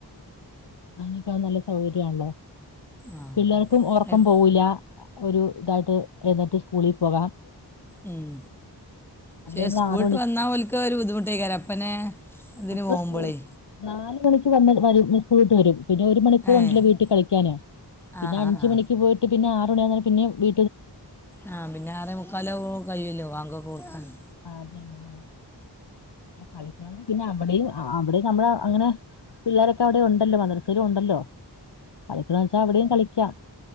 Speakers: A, on the left; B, in the centre.
A: അങ്ങനക്ക നല്ല സൗകരണല്ലോ
B: ആ
A: പിള്ളേർക്കും ഉറക്കം
B: എൻ-
A: പോവൂല്ല ഒരു ഇതായിട്ട് എയുന്നെറ്റ് സ്കൂളിപോകാം
B: ഉം ക്ഷേ
A: നമ്മൾ
B: സ്കൂൾട്ട്
A: ആറ് മണി
B: വന്നാ ഓൽക് ഒരു ബുദ്ധിമുട്ടയ്ക്കാരം അപ്പനെ ഇതിന്
A: അപ്പ
B: പോകുമ്പോഴേ
A: സ്കൂൾ നാല് മണിക്ക് വന്ന് വരും സ്കൂള്ട്ട് വരും പിന്നെ ഒരു മണിക്കൂർണ്ടല്ലോ
B: ഏ
A: വീട്ടി കളിക്കാന്
B: ആ
A: പിന്നെ
B: ആ
A: അഞ്ചി
B: ആ
A: മണിക്ക് പോയിട്ട് പിന്നെ ആറ് മണിആവുന്നേരം പിന്നെ വീ
B: ആഹ പിന്നെ ആറെ മുക്കാലോ കഴില്ലോ ബാങ്കൊക്കെ കൊടുക്കാന്
A: ആതെന്നെ കളിക്കണെങ്കി പിന്നെ അവിടെയും അവിടെ നമ്മടെ അങ്ങനെ പിള്ളോരൊക്കെ അവിടെ ഉണ്ടല്ലോ മദ്രസേലുംണ്ടല്ലോ കളിക്കണ വെച്ചാൽ അവിടെയും കളിക്കാം